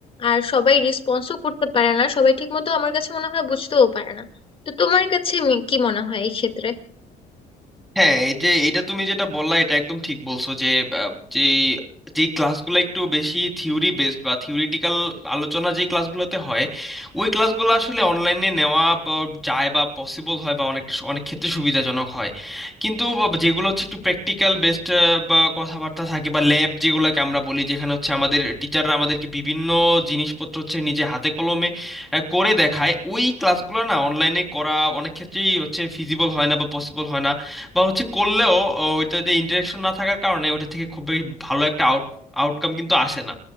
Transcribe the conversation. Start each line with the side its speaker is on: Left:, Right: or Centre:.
Left: আর সবাই রেসপন্সও করতে পারে না সবাই ঠিক মতো আমার কাছে মনে হয় বুঝতেও পারে না তো তোমার কাছে মি- কি মনে হয় এই ক্ষেত্রে
Centre: হ্যাঁ এই যে এটা তুমি যেটা বললা এটা একদম ঠিক বলছো যে আহ, যে যে ক্লাসগুলো একটু বেশি থিওরি বেসড বা থিওরিটিক্যাল আলোচনা যে ক্লাসগুলোতে হয় ওই ক্লাসগুলো আসলে অনলাইনে নেওয়া ব- যায় বা পসিবল হয় বা অনেকটা সু- অনেক ক্ষেত্রে সুবিধাজনক হয় কিন্তু ব- যেগুলো হচ্ছে একটু প্র্যাকটিক্যাল বেসড বা কথাবার্তা থাকে বা ল্যাব যেগুলোকে আমরা বলি যেখানে হচ্ছে আমাদের টিচাররা আমাদেরকে বিভিন্ন জিনিসপত্র হচ্ছে নিজে হাতে কলমে আহ, করে দেখায় ওই ক্লাসগুলো না অনলাইনে করা অনেক ক্ষেত্রেই হচ্ছে ফিজিবল হয় না বা পসিবল হয় না বা হচ্ছে করলেও ও, ওইটাতে ইন্টারেকশন না থাকার কারণে ওটা থেকে খুব বেশি ভালো একটা আউট আউটকাম কিন্তু আসে না